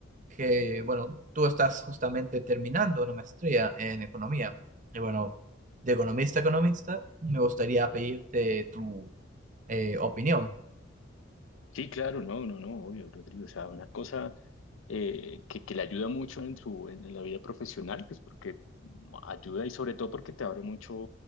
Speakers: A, on the right; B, on the left.
A: que, bueno, tú estás justamente terminando una maestría en economía. Y bueno, de economista a economista, me gustaría pedirte tu eh, opinión.
B: Sí, claro, no, no, no, obvio, Rodrigo. O sea, una cosa eh, que, que le ayuda mucho en su, en, en la vida profesional, pues porque ayuda y sobre todo porque te abre mucho